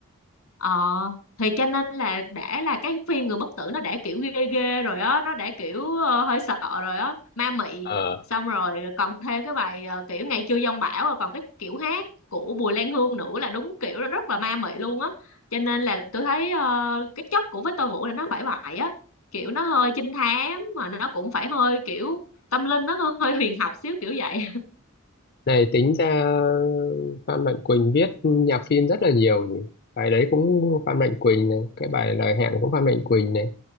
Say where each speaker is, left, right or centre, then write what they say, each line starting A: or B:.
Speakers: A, on the left (about 90°); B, on the left (about 45°).
A: Ờ thì cho nên là đã là cái phim Người Bất Tử nó đã kiểu ghê ghê rồi á, nó đã kiểu ờ, hơi sợ rồi á, ma mị.
B: ờ
A: Xong rồi còn thêm cái bài ờ, kiểu Ngày chưa giông bão rồi còn cái kiểu hát của Bùi Lan Hương nữa là đúng kiểu là rất là ma mị luôn á. Cho nên là tôi thấy ờ, cái chất của Victor Vũ là nó phải vậy á, kiểu nó hơi trinh thám mà nó cũng phải hơi kiểu tâm linh nó hơi huyền học xíu kiểu vậy.
B: Này tính ra Phan Mạnh Quỳnh viết nhạc phim rất là nhiều nhỉ. Bài đấy cũng Phan Mạnh Quỳnh này, cái bài Lời Hẹn cũng Phan Mạnh Quỳnh này.